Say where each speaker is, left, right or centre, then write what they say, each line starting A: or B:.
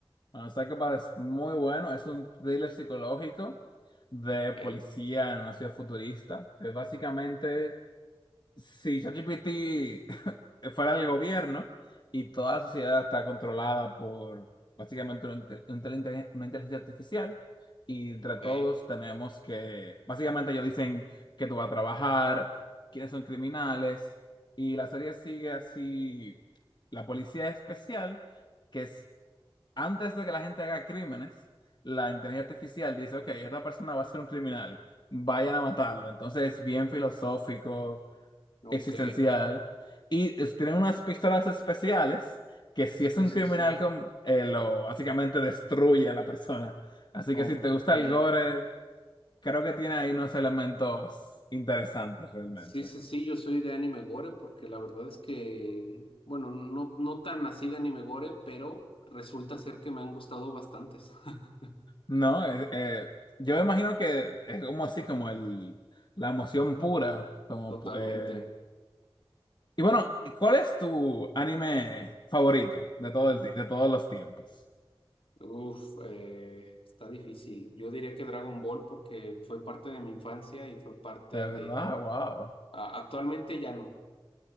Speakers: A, on the left (about 50°); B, on the left (about 70°).
A: bueno, Psycho Pass es muy bueno. Es un thriller psicológico de
B: Ok,
A: policía en una ciudad futurista. Es básicamente Si ChatGPT <laughs> fuera el gobierno y toda la sociedad está controlada por básicamente una, inte- una inteligen- una inteligencia artificial y entre
B: ok,
A: todos tenemos que, básicamente ellos dicen que tú vas a trabajar, quiénes son criminales y la serie sigue así, la policía especial, que es antes de que la gente haga crímenes, la inteligencia artificial dice, ok, esta persona va a ser un criminal, vayan a matarlo, entonces es bien filosófico
B: ok.
A: existencial. Y es- tienen unas pistolas especiales que si
B: Sí,
A: es un
B: sí,
A: criminal
B: sí.
A: con, eh, lo básicamente destruye a la persona. Así
B: Ok.
A: que si te gusta el gore, creo que tiene ahí unos elementos interesantes realmente.
B: Sí, sí, sí, yo soy de anime gore porque la verdad es que, bueno, no, no tan así de anime gore, pero resulta ser que me han gustado bastantes. <laughs>
A: No, Eh, eh, yo imagino que es como así, como el, la emoción pura. Como,
B: Totalmente.
A: pu- eh. Y bueno, ¿cuál es tu anime favorito de todo el, ti- de todos los tiempos?
B: Uf, eh, está difícil. Yo diría que Dragon Ball porque fue parte de mi infancia y fue parte
A: De verdad,
B: de...
A: wow.
B: a- actualmente ya no,